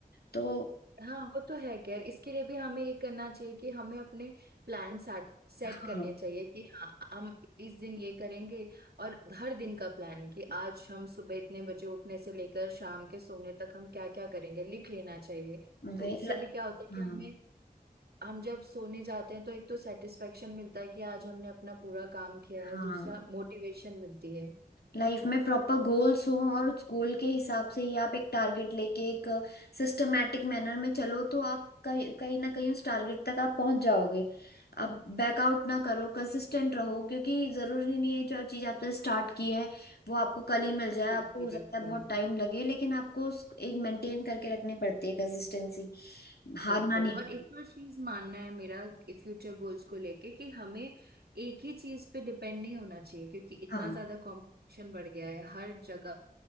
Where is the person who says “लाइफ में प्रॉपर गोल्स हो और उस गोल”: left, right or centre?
Left